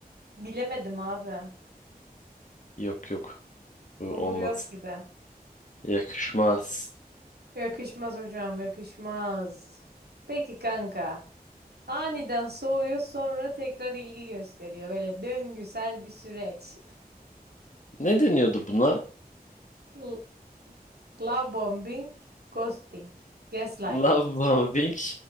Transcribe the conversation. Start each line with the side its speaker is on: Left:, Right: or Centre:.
Right: bilemedim abi.
Left: yok yok. Bu
Right: Olur
Left: olmaz.
Right: yok gibi.
Left: Yakışmaz.
Right: Yakışmaz hocam yakışmaz. Peki kanka. Aniden soğuyor, sonra tekrar ilgi gösteriyor. Böyle döngüsel bir süreç.
Left: Ne deniyordu buna?
Right: L- Love bombing, ghosting, gaslighting,
Left: Love bombing